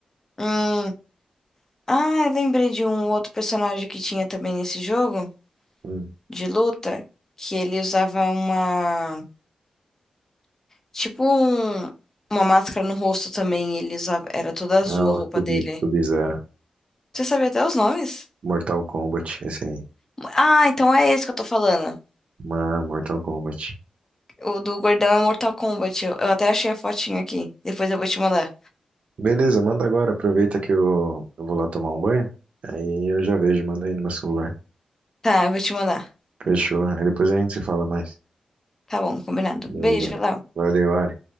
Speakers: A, on the left; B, on the right.
A: Hum. Ah, eu lembrei de um outro personagem que tinha também nesse jogo
B: Hum.
A: de luta, que ele usava uma, tipo um- uma máscara no rosto também, ele usava, era toda azul
B: Ah, o
A: a roupa
B: Sub-
A: dele.
B: Sub-Zero.
A: Você sabia até os nomes?
B: Mortal Kombat, esse aí.
A: Ah, então é esse que eu tô falando.
B: Uma Mortal Kombat.
A: O do gordão é Mortal Kombat. Eu, eu até achei a fotinha aqui. Depois eu vou te mandar.
B: Beleza, manda agora. Aproveita que eu, eu vou lá tomar um banho. Aí eu já vejo, manda aí no meu celular.
A: Tá, eu vou te mandar.
B: Fechou. Aí depois a gente se fala mais.
A: Tá bom, combinado.
B: Beleza.
A: Beijo, Léo.
B: Valeu, Ari.